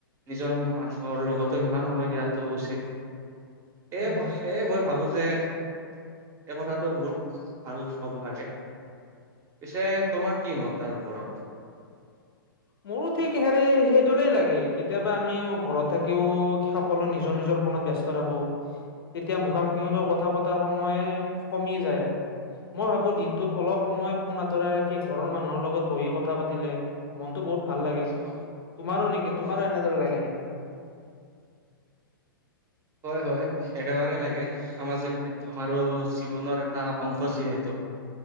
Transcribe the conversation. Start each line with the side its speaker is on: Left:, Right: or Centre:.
Right: নিজৰ মানুহৰ লগতো সিমান সময় দিয়াটো উচিত
Left: উম।
Right: এ ক এই মই ভাবো যে এই কথাটো বহুত ভাল লাগে। পিছে তোমাৰ কি মত তাৰ ওপৰত
Left: মোৰো ঠিক হেৰে সেই দৰেই লাগে। কেতিয়াবা আমিও‌ ঘৰত থাকিও সকলো নিজৰ নিজৰ ফোনত ব্যস্ত থাকো। তেতিয়া মুখামুখিাকে কথা পতাৰ সময় কমি যায় মই ভাবো। দিনটোত অলপ সময় পোন আঁতৰাই ৰাখি ঘৰৰ মানুহৰ লগত বহি কথা পাতিলে মনটো বহুত ভাল লাগে
Right: অ
Left: তোমাৰো নেকি তোমাৰো
Right: অ অ
Left: এনেদৰে লাগে নেকি?
Right: হয় হয় একেবাৰে লাগে সামাজিক মাধ্যম আৰু জীৱনৰ এটা অংশ যিহেতু